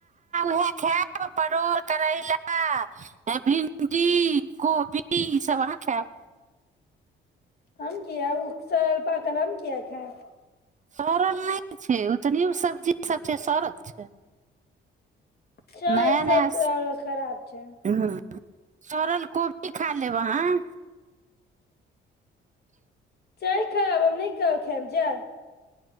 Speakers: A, on the right; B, on the left.
A: उह खायब परोर करैला ए भिन् भिणडी कोबी ई सब अहाँ खायब
B: हम किया उसभ पाकल हम किया खायब
A: सड़ल नहि छै उतनी सब्जी सब छै सड़ल छै
B: छै
A: नया
B: सब
A: नया
B: खराब छै
A: हँ सड़ल कोबी खा लेब अहाँ
B: छै खराब हम न कह खायब जा